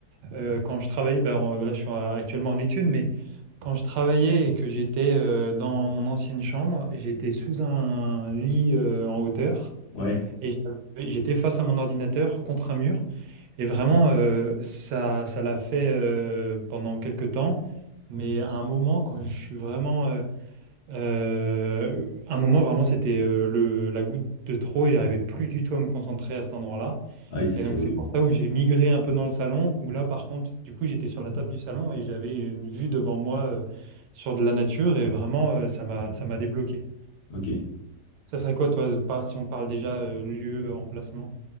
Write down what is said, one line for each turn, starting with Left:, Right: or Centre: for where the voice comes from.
Right: euh, quand je travaillais, bah, en- là je suis en- actuellement en études, mais quand je travaillais et que j'étais euh, dans mon ancienne chambre, j'étais sous un lit euh, en hauteur.
Left: Ouais,
Right: Et j'avais- j'étais face à mon ordinateur contre un mur. Et vraiment, euh, ça, ça l'a fait euh, pendant quelques temps. Mais à un moment, quand je suis vraiment. euh, euh, un moment, vraiment, c'était euh, le, la goutte de trop et j'arrivais plus du tout à me concentrer à cet endroit-là.
Left: ouais, ça
Right: Et
Left: c'est
Right: donc,
Left: horrible.
Right: c'est pour ça où j'ai migré un peu dans le salon, où là, par contre, du coup, j'étais sur la table du salon et j'avais une vue devant moi euh, sur de la nature et vraiment, euh, ça m'a, ça m'a débloqué.
Left: Ok.
Right: Ça serait quoi, toi, pas- si on parle déjà euh, lieu, emplacement?